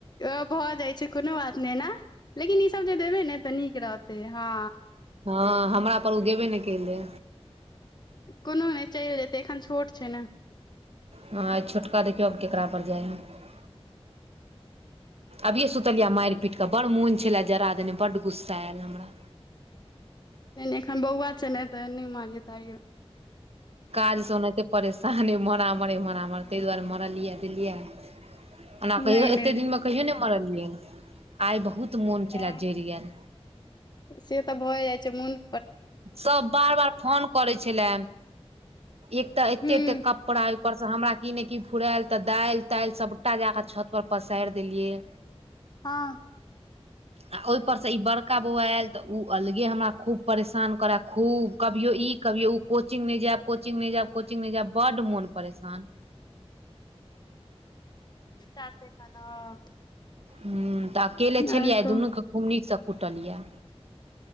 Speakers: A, on the left; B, on the right.
A: ओ भऽ जाइ छै, कोनो बात नहि एना, लेकिन ई सब जे देबै ने तऽ नीक रहतै, हँ।
B: हँ, हमरा पर ओ गेबे नहि केले,
A: कोनो नहि, चैले जेतै, एखन छोट छै ने,
B: ह, छोटका देखियौ आब ककरापर जाइ या,
A: ह
B: अभिेए सुतेलियै मारि पीट क, बड़ मोन छेला जरा देने, बड गुस्सा आयल हमरा,
A: नहि -नहि, एखन बौआ छै ने, तऽ नहि मारियो तारियो,
B: स ओनाहिते परेशानी मरामरेै मरामर तय दुआरे मारलियैयैऽ देलियैयैऽ। ओना कहियो
A: नहि
B: एत्ते
A: नहि दे
B: दिन मे कहियो नय मारलियै। आइ बहुत मोन छलए
A: एह
B: जइर गैऽल।
A: से तऽ भए जाइ छै मन
B: सब बार -बार फोन करै छलय। एक तऽ एत्ते-
A: हूँ
B: एत्ते कपड़ा उपरसँ हमरा की नय की फुरायल तऽ दाइल ताइल सभटा जाकऽ छतपर पसाइर देलियै।
A: हँ-
B: आ ओय पर से ई बड़का बौउआ ऐल त उ अलगे हमरा खूब परेशान शान करै, खूब कभियो ई कभियो ओ कोचिंग नय जैब, कोचिंग नै जैब, कोचिंग नय जैब बड्ड मोन परेशान
A: <unintelligible>
B: हुं तऽ अकेले छलियैऽ
A: आर
B: आय्
A: कहु
B: दुन्नु के खूब नीकसँ कुटलियैऽ।